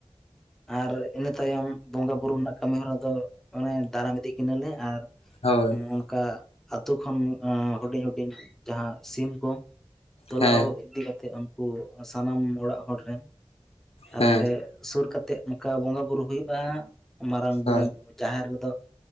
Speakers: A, in the centre; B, on the left.
A: ᱟᱨ ᱤᱱᱟᱹ ᱛᱟᱭᱚᱢ ᱵᱚᱸᱜᱟ ᱵᱩᱨᱩ ᱨᱮᱱᱟᱜ ᱠᱟᱢᱤ ᱦᱚᱨᱟ ᱫᱚ ᱚᱱᱮ ᱫᱟᱨᱟᱢ ᱤᱫᱤ ᱠᱤᱱᱟᱹ ᱞᱮ ᱟᱨ
B: ᱦᱳᱭ
A: ᱠᱟ ᱟᱛᱳ ᱠᱷᱚᱱ ᱦᱩᱰᱤᱧ ᱦᱩᱰᱤᱧ ᱡᱟᱦᱟᱸ ᱥᱤᱢ ᱠᱚ ᱛᱚᱞᱟᱣ
B: ᱦᱮᱸ
A: ᱤᱫᱤ ᱠᱟᱛᱮᱜ ᱩᱱᱠᱩ, ᱥᱟᱱᱟᱢ ᱚᱲᱟᱜ ᱦᱚᱲ ᱨᱮᱱ ᱟᱨ
B: ᱦᱮᱸ
A: ᱚᱸᱰᱮ ᱥᱩᱨ ᱠᱟᱛᱮᱜ ᱚᱱᱠᱟ ᱵᱚᱸᱜᱟ ᱵᱩᱨᱩ ᱦᱩᱭᱩᱜ-ᱟ ᱢᱟᱨᱟᱝ
B: ᱦᱳᱭ
A: ᱵᱩ ᱡᱟᱦᱮᱨ ᱨᱮᱫᱚ